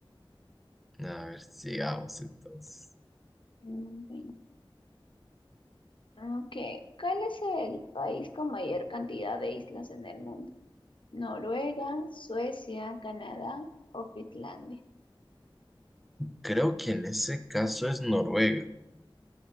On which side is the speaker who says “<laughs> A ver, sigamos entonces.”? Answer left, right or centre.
Centre